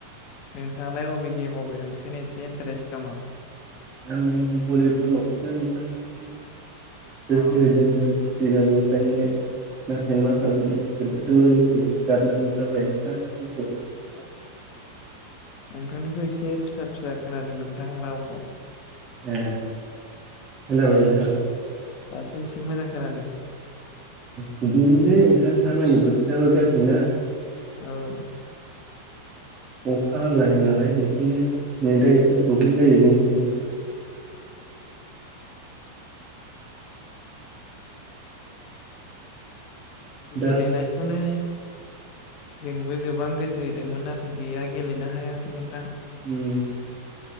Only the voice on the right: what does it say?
आङो भलिबलावसो नोंथां एसे
गोसो होदोंमोन सिगांनिफ्रायनो नाथाय मा खालामनो बोथोरजों लोगोसे गारनांगौ जाबाय नोंथां बेफोरखौ
ए खोनाबाय नोंथां
बिदिनोलै नोंथां दामानि बोथोराबो गाज्रि ना
अखा जायो नालाय बेखायनो नै दा
एसे प्रब्लेम जायो जों बेनोथ दा
उम